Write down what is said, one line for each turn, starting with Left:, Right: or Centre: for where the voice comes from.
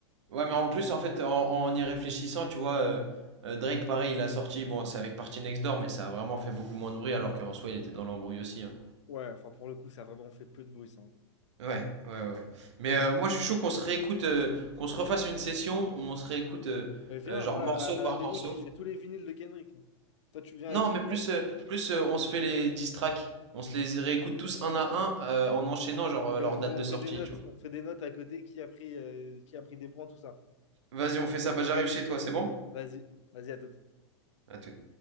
Right: ouais, mais en plus, en fait, en, en y réfléchissant, tu vois, euh, euh, Drake, pareil, il a sorti, bon, c'est avec Party Next Door, mais ça a vraiment fait beaucoup moins de bruit, alors qu'en soi, il était dans l'embrouille aussi. hein.
Left: Ouais, enfin, pour le coup, ça a vraiment fait peu de bruit, ça. hein.
Right: Ouais, ouais, ouais. Mais euh, moi, je suis chaud qu'on se réécoute, euh, qu'on se refasse une session où on se réécoute, euh,
Left: Mais viens,
Right: euh, genre
Left: moi,
Right: morceau
Left: à, à
Right: par
Left: la maison,
Right: morceau.
Left: j'ai j'ai tous les vinyles de Kendrick. hein. Toi, tu viens
Right: Non,
Left: avec ce
Right: mais plus,
Left: mec
Right: euh, plus euh, on se fait les 10 tracks. On se les réécoute tous un à un euh, en enchaînant genre euh,
Left: et
Right: leur
Left: on, et
Right: date
Left: on
Right: de
Left: fait
Right: sortie,
Left: des notes.
Right: tu vois.
Left: On fait des notes à côté qui a pris, euh, qui a pris des points, tout ça.
Right: Vas-y, on fait ça. Bah, j'arrive chez toi, c'est bon?
Left: Vas-y, vas-y, à tout
Right: À tout.